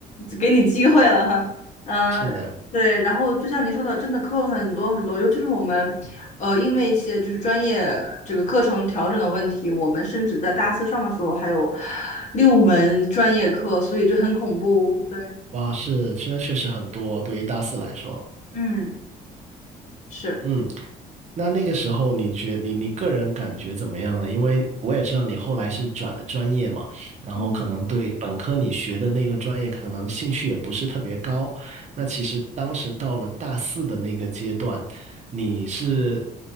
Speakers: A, on the left (about 45°); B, on the right (about 40°).
A: 给你机会了哈，嗯、
B: 是的，
A: 对。然后就像您说的，真的课很多很多，尤其是我们，呃，因为一些就是专业这个课程调整的问题，我们甚至在大四上的时候还有六门专业课，所以就很恐怖。对，
B: 哇，是，现在确实很多，对于大四来说，
A: 嗯，是。
B: 嗯。那那个时候你觉你你个人感觉怎么样呢？因为我也知道你后来是转了专业嘛，然后可能对本科你学的那个专业可能兴趣也不是特别高。
A: 嗯，
B: 那其实当时到了大四的那个阶段，你是